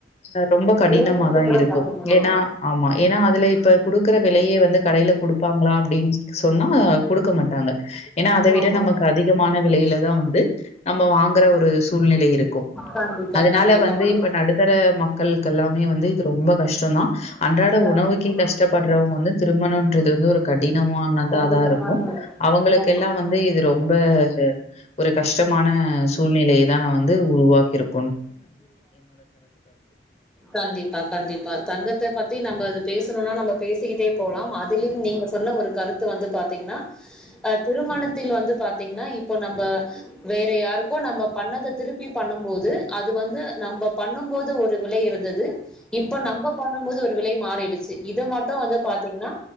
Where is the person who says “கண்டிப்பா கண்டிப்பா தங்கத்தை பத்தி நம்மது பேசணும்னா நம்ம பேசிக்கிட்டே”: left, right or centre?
Centre